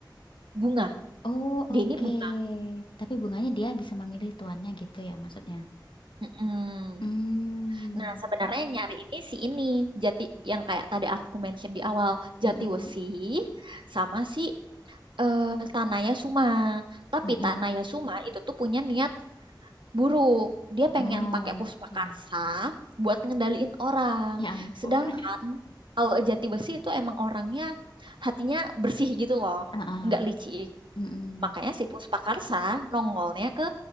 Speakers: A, on the right (about 75°); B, on the left (about 75°).
A: Bunga.
B: Oh
A: Dia
B: oke,
A: ini bunga.
B: Tapi bunganya dia bisa memilih tuannya gitu ya maksudnya?
A: Mm-mm.
B: Hmm,
A: Nah, sebenarnya yang nyari ini si ini jati yang kayak tadi aku mention di awal
B: mm-mm,
A: jati wesi sama si eh, Tanaya Suma. Tapi
B: mm-mm.
A: Tanaya Suma itu tuh punya niat buruk. Dia pengen
B: Oh
A: pakai puspakarsa
B: oke.
A: buat ngendaliin orang.
B: Ya ampun.
A: Sedangkan
B: <laughs>
A: kalau jati wesi itu emang orangnya hatinya bersih gitu loh,
B: Ah, ah.
A: nggak licik.
B: Mm-mm.
A: Makanya si Puspakarsa nongolnya ke